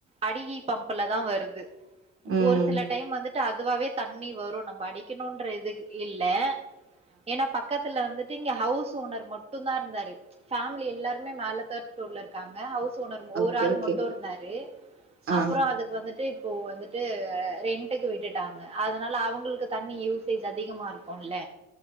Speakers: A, on the right; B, on the right.
A: அடிகி பம்புலதா வருது
B: ம்
A: ஒரு சில டைம் வந்துட்டு அதுவாவே தண்ணி வரு நம்ம அடிக்கணுன்ற இது இல்ல ஏன்னா பக்கத்துல வந்துட்டு இங்க ஹவுஸ் ஓனர் மட்டுந்தா இருந்தாரு ஃபேமிலி எல்லாரு மேல தேர்ட் ஃப்ளோர்ல இருக்காங்க ஹவுஸ் ஓனர்
B: ஓகே
A: ஒரு ஆள்
B: ஓகே
A: மட்டு இருந்தாரு
B: ஆ
A: அப்புற அதுக் கு வந்துட்டு இப்போ வந்துட்டு ரென்ட்டுக்கு விட்டுட்டாங்க அதுனால அவுங்களுக்கு தண்ணி யூசேஜ் அதிகமா இருக்கு குல்ல